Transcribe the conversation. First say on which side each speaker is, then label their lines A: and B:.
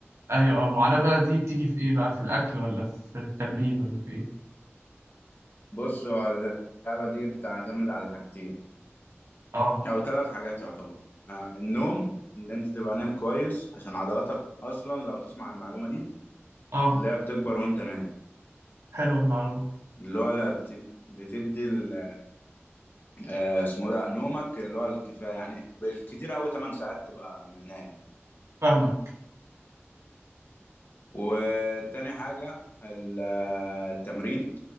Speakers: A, on the right; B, on the left.
A: ايوه آه، معاناه بقى دي بتيجي في ايه بقى في الاكل ولا في التمرين ولا في ايه
B: بص هو اللعبة دي بتعتمد على حاجتين
A: اه
B: أو ثلاث حاجات يعتبر آه، النوم اللي أنت تبقى نايم كويس عشان عضلاتك أصلا لو تسمع المعلومة دي
A: اه
B: اللي هي بتكبر وأنت نايم
A: حلو المعلومه
B: اللي هو لا بتد- بتدي ال- آه، اسمه ده نومك اللي هو الكفاية يعني بالكتير أوي 8 ساعات تبقى نايم
A: فاهمك
B: وتاني حاجة ال- التمرين